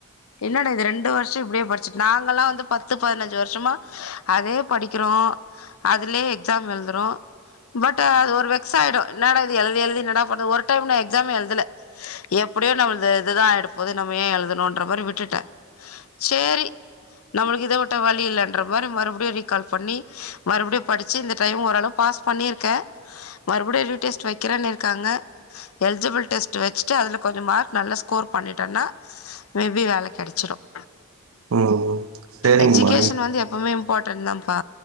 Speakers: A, on the left; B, on the right.
A: என்னடா இது ரெண்டு வருஷ இப்டியே படிச்சு நாங்கல்லா வந்து பத்து பதினஞ்சு வருஷமா அதே படிக்கிறோம் அதுலே எக்ஸாம் எழுதுறோம் பட் அது ஒரு வெக்ஸ் ஆயிடு என்னடா இது எழுதி-எழுதி என்னடா பண்ணுவோ ஒரு டைம் நா எக்ஸாம் எழுதல எப்டியோ நம்மளது இதுதா ஆயிட போவுது நாம்ம யான் எழுதும் ன்ற மாரி விட்டுட செரி நம்மளுக்கு இத விட்ட வலி இல்லன்ற மாரி மறுபுடியு ரீ கால் பண்ணி மறுபடியு படிச்சி இந்த டைம் ஓரளவு பாஸ் பண்ணி இருக்கே மறுபடியு ரீ டெஸ்ட் வெக்கறன்னிருக்காங்க இல்லிஜிப்ள் டெஸ்ட் வச்சிட்டு அதுல கொஞ்சம் மார்க் நல்ல ஸ்கோர் பண்ணிட்டனா மேபி வேல கெடச்சிரும்
B: ம் ம் சரிங்கம்மா
A: எஜிகேஷன் வந்து எப்பவுமே இம்பார்ட் டன் பா